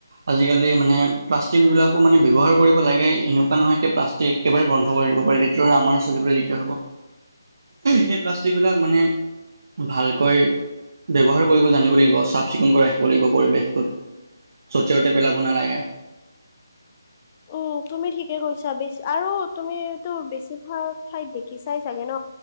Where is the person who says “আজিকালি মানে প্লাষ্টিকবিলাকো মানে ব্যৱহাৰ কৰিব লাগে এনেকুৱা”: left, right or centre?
Right